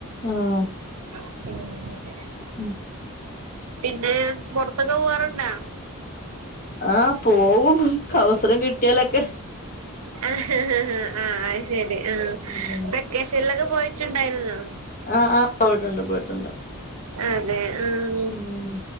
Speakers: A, on the left; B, on the right.
A: ആഹ്
B: ഉം
A: ഉം
B: പിന്നെ പുറത്തൊക്കെ പോവാറുണ്ടാ
A: ആഹ് പോവും അവസരം കിട്ടിയാലൊക്കെ
B: ആഹ് ആഹ് അയ്ശെരി ആഹ്
A: ഉം
B: വെക്കേഷന്ലൊക്കെ പോയിട്ടുണ്ടായിരുന്നോ
A: ആഹ് ആഹ് പോയിട്ടുണ്ട് പോയിട്ടുണ്ട്
B: അതെ ആഹ്
A: ഉം